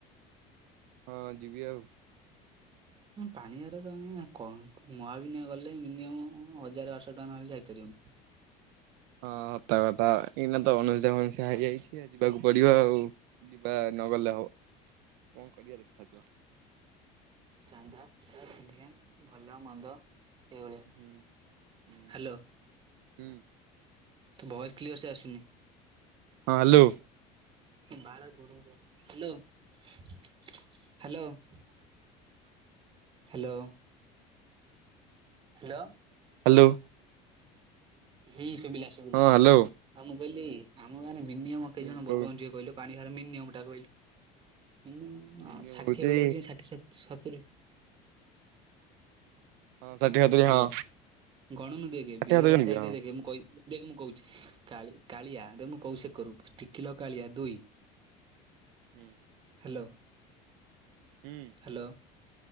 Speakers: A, on the right; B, on the right.
A: ହଁ ଯିବି ଆଉ।
B: ପାଣିିବାର ତ କଁ ମହାବିନାୟ ଗଲେ ମିନିମମ୍ ହଜାର ବାରଶହ ଟ ନ ହେଲେ ଯାଇପାରିବନି।
A: ହଁ ହତ କଥା ଏଇନା ତ ଅନୁସୁଦିଆ ଫଣୁଷ ହେଇଯାଇଛି ଯିବାକୁ ପଡିବ ଆଉ। ଯିବା ନ ଗଲେ ହବ, କଣ କରିବା ଦେଖା ଯିବ।
B: ଚାନ୍ଦା <unintelligible> ଭଲ ମନ୍ଦ ଏଇଭଳିଆ।
A: ହୁଁ ହୁଁ
B: ହ୍ୟାଲୋ
A: ହୁଁ।
B: ଭଏସ କ୍ଲିୟର ସେ ଆସୁନି।
A: ହଁ ହ୍ୟାଲୋ।
B: ବାଳ ଦୁରୁକୁ ଯାଉଚି, hello hello hello. Hello.
A: Hello.
B: ହେଇ ସୁବିିଲା ସୁବିଲା,
A: ହଁ ହ୍ୟାଲୋ।
B: ଆଉ ମୁଁ କହିଲି ଆମ ଗାଁରେ ମିନିୟମ କେଇ
A: ହୁଁ
B: ଜଣ
A: କହୁ
B: ବୋଲ ବମ୍ ଯିବେ କହିଲୁ। ପାଣି ଭାର ମିନିୟମ ଟା କହିଲୁ ମିନିୟ
A: ମିନିମମ୍
B: ମ୍ ଷାଠିଏ
A: ହଉଛି
B: ଭଳିଆ ଯିବେ ଷାଠିଏ ସତୁରି
A: ହଁ ଷାଠିଏ ସତୁରି
B: ହ୍ୟାଲୋ
A: ହଁ।
B: ଗଣନୁ ଦେଖେ
A: ଆଠ
B: ବେହେରା
A: ହାତ ଜଣିବେ
B: ସହିତରେ
A: ହଁ
B: ଦେଖେ ମୁଁ କହି ଦେଖ ମୁଁ କହୁଛି କାଳିଆ ଦେଖ ମୁଁ କହୁଚି ସେ କରୁ ତିକିଲ କାଳିଆ ଦୁଇ।
A: ହୁଁ।
B: ହ୍ୟାଲୋ
A: ହଁ
B: ହ୍ୟାଲୋ।